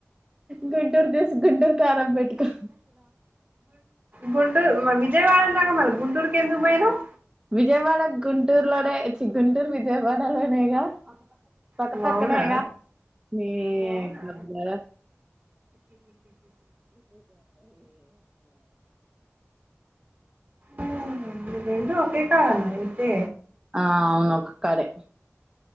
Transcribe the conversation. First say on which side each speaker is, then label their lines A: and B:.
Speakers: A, on the right; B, on the right.
A: గుంటూర్ దిస్ గుంటూరు కారం బెట్టుకో
B: గుంటూర్ విజయవాడ ఆనంగా మళ్ళా గుంటూరుగ్ ఎందుకు బోయినవ్
A: విజయవాడ గుంటూరులానే చీ గుంటూరు విజయవాడలోనేగా. పక్క
B: నువ్వు
A: పక్కనేగా
B: అవునా
A: ఏందే
B: నువ్వు అవునా ఓ ఈ రెండు ఒకే కాడన్నా అయితే
A: ఆ అవున్ ఒక కడే